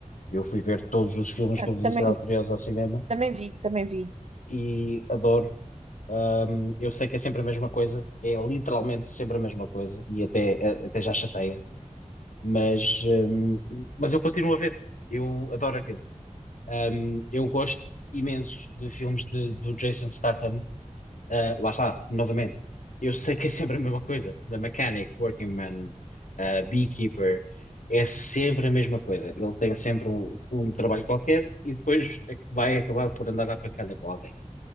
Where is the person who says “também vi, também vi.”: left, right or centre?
Right